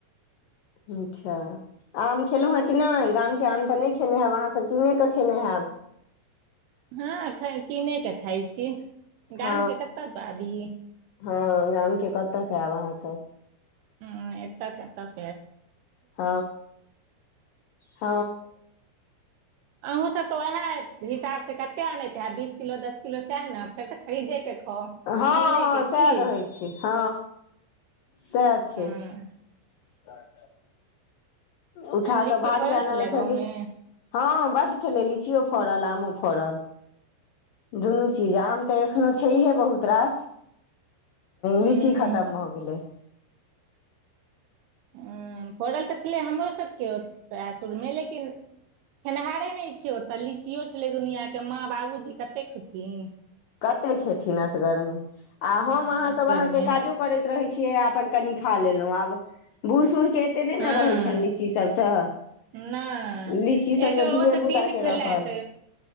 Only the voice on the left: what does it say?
अच्छा। आम खेलहुँ हे कि नहि गाम के आम तऽ नहि खेने हेब अहाँ सभ कीने कऽ खेने हैब
ह
ह गाम के कतऽ के आयब अहाँ सभ
ह ह
हँ हँ
सएह
रहै छै ह सएह छै
<inaudible> उठा
कऽ भार
आना
मे
फेर। हँ बड़ छलै लीचियो फड़ल
आमो फड़ल दुनू चीज आम तऽ एखनो छै हे बहुत रास
लीची खतम हो गेले
कते खेथिन असगर मे आ
हम अहाँ
सभ अहाँकेँ काजू करैत रहै छियै अपन कनि खा लेलहुँ आब बूढ़ सूढ़ के एते नहि
ने रहै छनि लीची सभसँ
लीची सभसँ
धिये
पुताके
रहल